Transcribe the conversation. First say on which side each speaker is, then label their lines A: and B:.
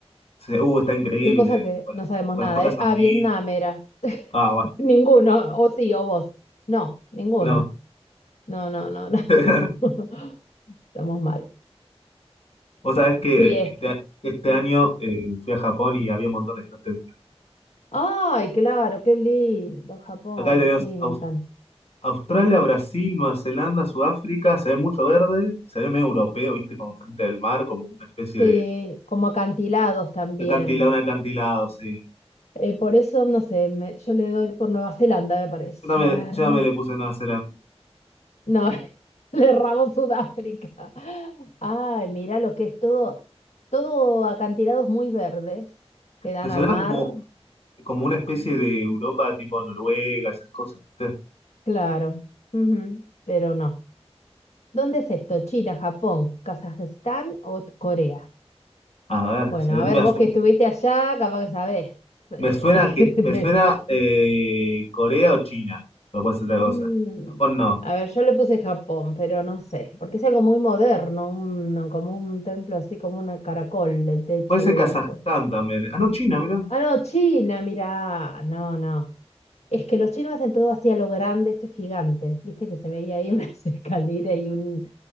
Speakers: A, on the left; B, on the left.
A: Se- Uh, está increíble.
B: Qué cosa que
A: Con
B: no
A: las,
B: sabemos
A: con
B: nada,
A: las puertas
B: ¿eh?
A: amarillas.
B: Ah, Vietnam era. <laughs>
A: Ah, bueno.
B: Ninguno, o sí, o vos. No, ninguno.
A: No.
B: No, no, no, no.
A: <laughs>
B: <laughs> Estamos mal.
A: Vos sabés que
B: Sí, es
A: este,
B: que.
A: este año eh, fui a Japón y había un montón de estos templos.
B: Ay, claro, qué lindo, Japón,
A: Acá tenemos
B: sí,
A: Aus-
B: me encanta.
A: Australia, Brasil, Nueva Zelanda, Sudáfrica, se ve mucho verde, se ve medio europeo, viste, como frente del mar, como una especie
B: Sí,
A: de
B: como acantilados también.
A: acantilado, un acantilado, sí.
B: Eh, por eso, no sé, me- yo le doy por Nueva Zelanda, me parece.
A: Yo también,
B: A ver.
A: yo también le puse Nueva Zelanda.
B: No, <laughs> le erramos Sudáfrica. Ay, mira lo que es todo, todo acantilados muy verdes que dan
A: Me sonaba
B: al mar.
A: como, como una especie de Europa tipo Noruega, esas cosas, ¿viste?
B: Claro, ujú, Pero no. ¿Dónde es esto? ¿China, Japón, Kazajistán o t- Corea?
A: A ver,
B: Bueno,
A: se ve muy
B: a ver,
A: azul.
B: vos que estuviste allá, capaz que sabés. Eh,
A: Me suena que,
B: <laughs>
A: me
B: te-
A: suena eh, Corea o China, pero puede ser otra cosa.
B: Mm,
A: Japón no.
B: A ver, yo le puse Japón, pero no sé, porque es algo muy moderno, un- como un templo así como un caracol, el techo
A: Puede ser
B: del
A: Kazajstán
B: coso.
A: también. ¿eh? Ah, no, China, mira.
B: Ah, no, China, mira, no, no. Es que los chinos hacen todo así a lo grande, esto es gigante. Viste que se veía ahí unas <laughs> escaleras y un